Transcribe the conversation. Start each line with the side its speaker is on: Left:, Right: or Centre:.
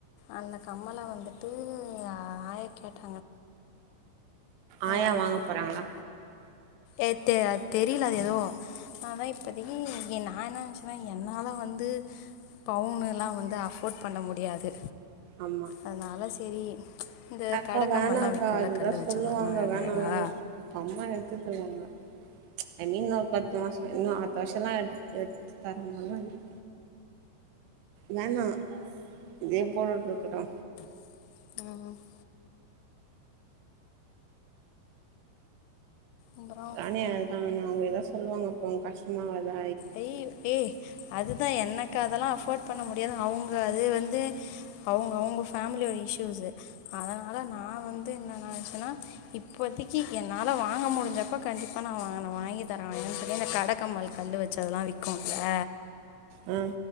Left: அந்த கம்மலை வந்துட்டு ஆயா கேட்ட
Right: ஆயா
Left: அம்மா
Right: வாங்க போறாங்களா
Left: ஏ தெ தெரியல அது ஏதோ அதான் இப்பதைக்கி நான் என்ன நினைச்சுன்னா என்னால வந்து பவுனுலா வந்து அஃபோர்ட் பண்ண முடியாது
Right: ஆமா
Left: அதனால சரி இங்க
Right: அக்கா
Left: கடக்கமெல்லாம்
Right: வேணாக்கா
Left: விக்கும்ல
Right: அதுதா
Left: கல் வச்ச
Right: சொல்லுவாங்க
Left: மாரிலாம் அழகழகா
Right: வேணா வேணா இப்ப அம்மா எடுத்து தருவாங்க ஐ மீன் இன்னொரு பத்து மாச இன்னும் அத்து வருஷம் லாம் எ எடத்து தரம <inaudible> வேணா இதே போட்டுட்டு இருக்கட்டு
Left: <unintelligible> அப்புறம்
Right: ராணியா அதா அவங்க ஏதா சொல்லுவாங்க அப்ப கஷ்டமாவாதா
Left: அய்யயோ ஏ அது எனக்கு அதெல்லா அஃபோர்ட் பண்ண முடியாது அவங்க அது வந்து அவங்க அவங்க ஃபேமிலியோட இஷ்யூசு அதனால நா வந்து என்னன்னச்சுன்னா இப்போதைக்கு என்னா வாங்க முடிஞ்சப்போ கண்டிப்பா நா வாங்கன்னா வாங்கி தரே என்ன்னு சொல்லி இந்த கடக்கம்பல் கல் வச்சு இங்க அதலா விக்கும்ல
Right: ஆ